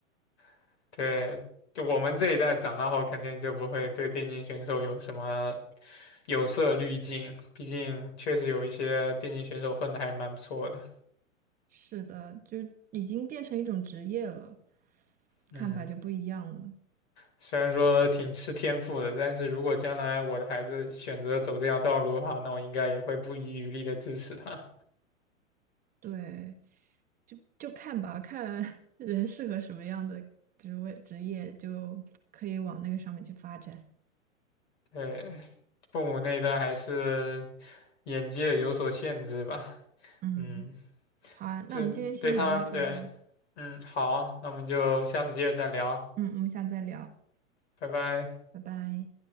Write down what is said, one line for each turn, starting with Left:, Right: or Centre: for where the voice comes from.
Left: <laughs> 对，就我们这一代长大后，肯定就不会对电竞选手有什么有色滤镜，毕竟确实有一些电竞选手混的还是蛮不错的。
Right: <laughs> 是的，就已经变成一种职业了，
Left: 嗯，
Right: 看法就不一样了。
Left: 虽然说挺吃天赋的，但是如果将来我的孩子选择走这条道路的话，那我应该也会不遗余力的支持他。
Right: 对，就就看吧，看 <laughs> 人适合什么样的职位职业，就可以往那个上面去发展。
Left: 对，父母那一代还是眼界有所限制吧。
Right: 嗯，
Left: 嗯。
Right: 好啊，
Left: 就对他们对，
Right: 那我们今天先聊到这儿吧。
Left: 嗯，好，那我们就下次接着再聊，
Right: 嗯，我们下次再聊，
Left: 拜拜。
Right: 拜拜。